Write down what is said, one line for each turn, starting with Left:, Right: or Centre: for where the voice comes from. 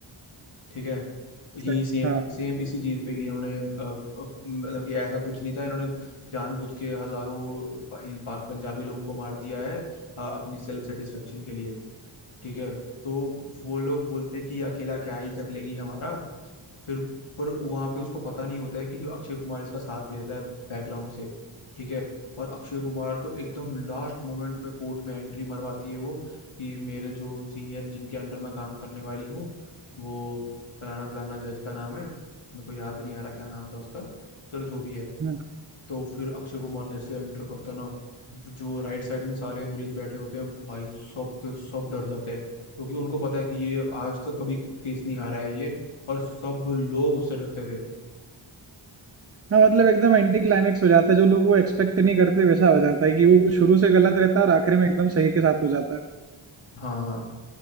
Left: ठीक है यही
Right: सही,
Left: सेम
Right: हाँ
Left: सेम इसी चीज पे कि इन्होंने अ, अ, मतलब कि ऐसा कुछ नहीं था इन्होंने जानबूझ के हजारों प- हिं- पा- पंजाबी लोग को मार दिया है अ, अपनी सेल्फ सेटिस्फेक्शन के लिए ठीक है तो वो लोग बोलते हैं कि ये अकेला क्या ही कर लेगी हमारा फिर पर वहां पे उसको पता नहीं होता है कि जो अक्षय कुमार इसका साथ देता है बैकग्राउंड से ठीक है और अक्षय कुमार को एकदम लास्ट मोमेंट में कोर्ट में एंट्री मरवाती है वो कि मेरे जो सीनियर जिनके अंडर मैं काम करने वाली हूँ वो फलाना फलाना जज का नाम है मेरे को याद नहीं आ रहा क्या नाम था उसका चलो जो भी है
Right: हाँ
Left: तो फिर अक्षय कुमार जैसे एंटर करता है ना वो जो राइट साइड में सारे अंग्रेज बैठे होते हैं भाई सब के सब डर जाते हैं क्योंकि उनको पता है कि ये आज तक कभी केस नहीं हारा है ये और सब लोग उससे डरते थे
Right: हाँ मतलब एकदम एंटी क्लाइमेक्स हो जाता है जो लोग वो एक्सपेक्ट नहीं करते वैसा हो जाता है कि वो शुरू से गलत रहता है और आखिर में एकदम सही के साथ हो जाता है
Left: हाँ